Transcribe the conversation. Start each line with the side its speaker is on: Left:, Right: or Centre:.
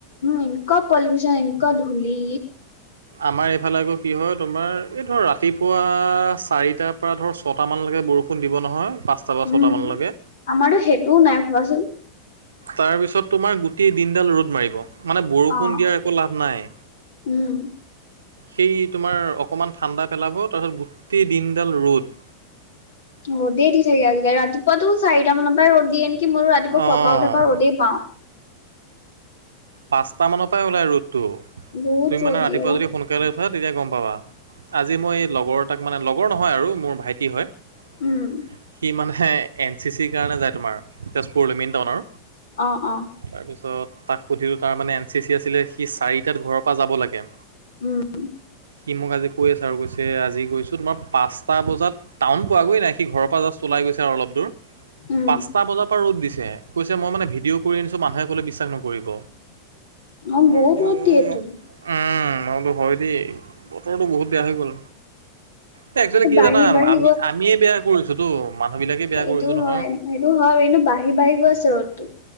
Left: এনকুৱা পলিউচন এন ধূলি
Right: আমাৰ এইফালে আকৌ কি হয়, তোমাৰ এই ধৰ ৰাতিপুৱা চাৰিটাৰ পৰা ধৰ ছটা মানলৈকে বৰষুণ। দিব নহয়, পাঁচটাৰ পৰা
Left: উম
Right: ছটা মানলৈকে।
Left: আমাৰতো সেইটোও নাই ভাবাচোন
Right: তাৰ পিছত তোমাৰ গোটেই দিনডাল ৰ'দ মাৰিব মানে বৰষুণ
Left: অ
Right: দিয়াৰ একো লাভ নাই।
Left: উম।
Right: সেই তোমাৰ অকণমান ঠাণ্ডা পেলাব তাৰপিছত গোটেই দিনডাল ৰ'দ।
Left: ৰদে দি থাকে আজিকালি ৰাতিপুৱাটো চাৰিটা মানৰ পৰা ৰ'দ দিয়ে নেকি মোৰো ৰাতিপুৱা
Right: অ'
Left: শুৱাৰ পৰা উঠাৰ পৰা ৰদেই পাও
Right: পাঁচটা মানৰ পৰা ওলাই ৰ'দটো
Left: বহুত
Right: তুমি মানে
Left: ৰ'দ
Right: ৰাতিপুৱা
Left: দিয়ে অ,
Right: যদি সোনকালে তেতিয়া গম পাবা আজি মই লগৰ তাক মানে লগৰ নহয় আৰু মোৰ ভাইটি হয়
Left: উম,
Right: সি মানেহে এন চি চিৰ কাৰণে যায় তোমাৰ তেজপুৰলৈ মেইন টাউনৰ
Left: অ',
Right: তাৰপিছত তাক সুধিলো তাৰ মে এন চি চি আছিলে সি চাৰিটাত ঘৰৰ পৰা যাব লাগে
Left: উম,
Right: সি মোক আজি কৈ আছে আৰু কৈছে আজি গৈছো তমাৰ পাঁচটা বজাত টাউন পোৱাগৈে নাই সি ঘৰৰ পৰা জাষ্ট লাই গৈছে আৰু অলপ দূৰ
Left: উম,
Right: পাঁচটা বজাৰ পৰা ৰ'দ দিছে কৈছে মই মানে ভিডিঅ' কৰি আনিছো মানুহে কলে বিশ্বাস নকৰিব
Left: অ,
Right: মই
Left: বহুত
Right: বোলো
Left: ৰ'দ দিয়েতো
Right: উম মই বোলো হয় দেই বতৰটো বহুত বেয়া হৈ গ'ল এ একচুৱেলি কি
Left: বাঢ়ি
Right: জানাম
Left: বাঢ়ি
Right: আমি আমিয়ে বেয়া কৰিছোতো মানুহ বিলাকে বেয়া
Left: এইটো
Right: কৰিছো নহয়।
Left: হয় এইটো হয় এইন বাঢ়ি বাঢ়ি গৈ আছে ৰ'দটো